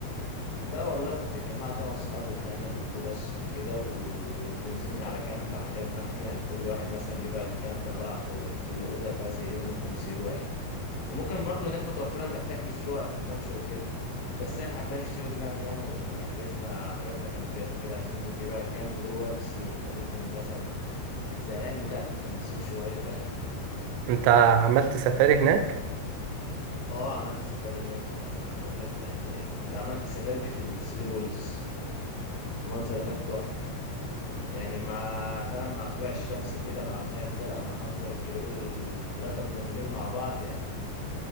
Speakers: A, on the left; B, on the right.
A: لا والله كنت اتجمعت انا واصحابي وطلعنا بالجو بس وكده و... ونزلنا على كامب حجزنا احنا يعني كل واحد مثلا بيبقى الكامب عباره عن اوض كل اوضه فيها سريرين وممكن سرير واحد وممكن برضه هناك متوفره انك تحجز شقق في الممشى وكده بس انا حبان اشتري دماغنا يعني وحجزنا حجزنا كامبات وكده عشان بيبقى الكامب جوه بسين فممكن مثلا زهقان بتاع تنزل بسين شويه فاهم
B: أنت عملت سفاري هناك
A: اه عملت سفاري هناك يعني ما انا بقول لك يعني عملت سفاري في الثري بولز المنظر هناك تحفه يعني مع فاهم مع طلوع الشمس كده مع المياه الزرقاء مع منظر الجبال التلاتة مندمجين مع بعض يعني